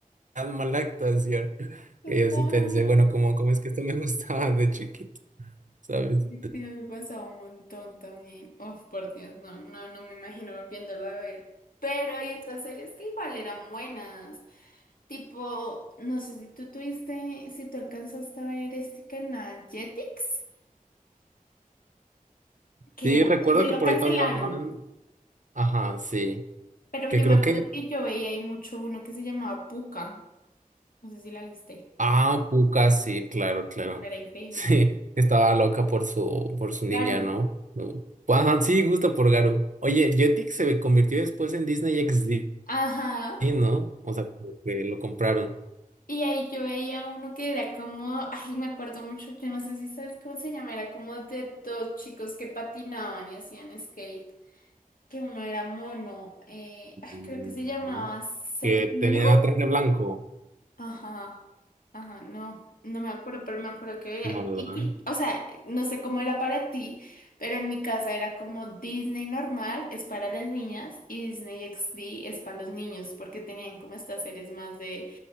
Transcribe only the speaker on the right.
tan mala actuación. <laughs>
Que yo sí pensé, bueno, ¿cómo, cómo es que esto me <laughs> gustaba de chiquito, ¿sabes?
Sí,
recuerdo
que
por
ahí pasaban. Ajá, sí.
Que
creo
que.
Ah, Puka, sí, claro, claro.
<laughs>
Sí, estaba loca por su, por su ninja,
¿no? No. Ajá, sí, justo por Garu. Oye, Jetix se convirtió después en Disney XD,
¿no? O sea, como que lo compraron.
Mm,
Que tenía
traje blanco,
¿no, verdad?